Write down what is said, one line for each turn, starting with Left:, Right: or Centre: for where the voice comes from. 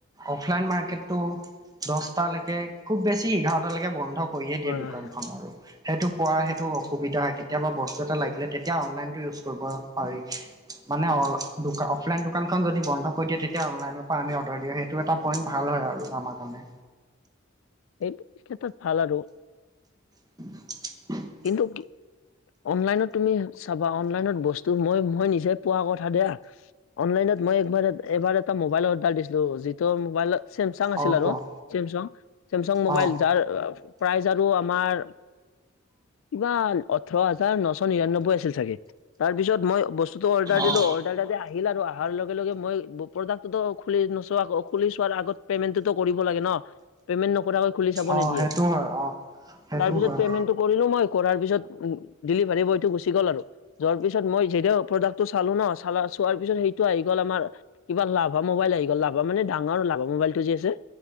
Right: অফলাইন মাৰ্কেটো দশটালৈকে খুব বেছি এঘাৰটালৈকে বন্ধ কৰিয়ে
Left: হয়
Right: দিয়ে দোকানখন
Left: হয়
Right: আৰু, সেইটো কোৱা সেইটো অসুবিধা কেতিয়াবা বস্তু এটা লাগিলে তেতিয়া অনলাইনতটো ইউজ কৰিব পাৰি, মানে
Left: হয়
Right: অ অফলাইন দোকানখন যদি বন্ধ কৰি দিয়ে, তেতিয়া অনলাইনৰ পৰা আমি অৰ্ডাৰ দিওঁ সেইটো এটা পইণ্ট ভাল হয় আৰু আমাৰ কাৰণে।
Left: সেই ক্ষেত্ৰত ভাল আৰু।
Right: <unintelligible>
Left: কিন্তু কি? অনলাইনত তুমি চাবা অনলাইনত বস্তু মই মই নিজে পোৱা কথা দিয়া। অনলাইনত মই এবাৰ এবাৰ এটা মোবাইল অৰ্ডাৰ দিছিলো, যিটোৰ মোবাইলত চেমচাং আছিল
Right: অঁ
Left: আৰু,
Right: কোৱা
Left: চেমচাং চেমচাং মোবাইল
Right: অঁ
Left: যাৰ প্ৰাইজ আৰু আমাৰ কিবা ওঠৰ হাজাৰ নশ নিৰান্নব্বৈ আছিল, চাগে তাৰপিছত মই <inaudible> অৰ্ডাৰ
Right: অঁ
Left: দিলো অৰ্ডাৰাটো যে আহিল আৰু তাৰ লগে লগে মই প্ৰডাক্টটো খুলি নোচোৱা খুলি চোৱাৰ আগত পেমেন্টটো কৰিব লাগে ন পেমেন্ট নকৰাকৈ খুলি চাব
Right: অঁ
Left: নিদিয়ে
Right: সেইটো হয় অঁ। সেইটো
Left: তাৰপিছত
Right: হয়।
Left: পাইমেণ্টো কৰিলো মই কৰাৰ পিছত উ ডেলিভাৰী বয়টো গুচি গ'ল আৰু যোৱাৰ পিছত মই জেদত প্ৰডাক্টটো চালো ন চালা চোৱাৰ পিছত সেই টো আহি গ' আমাৰ কিবা লাভা মোবাইল আহি গল লাভা মানে ডাঙৰ লাভা মোবাইলটো যে আছে